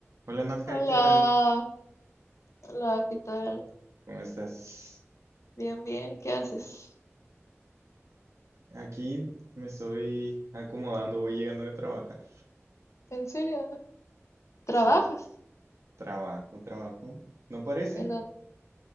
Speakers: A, on the right; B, on the left.
A: Hola Nadja,
B: Hola,
A: ¿qué tal?
B: hola, ¿qué tal?
A: ¿Cómo estás?
B: Bien, bien, ¿qué haces?
A: Aquí me estoy acomodando, voy llegando de trabajar.
B: ¿En serio? ¿Trabajas?
A: Sí, trabajo, trabajo. No parece.
B: ¿En dónde?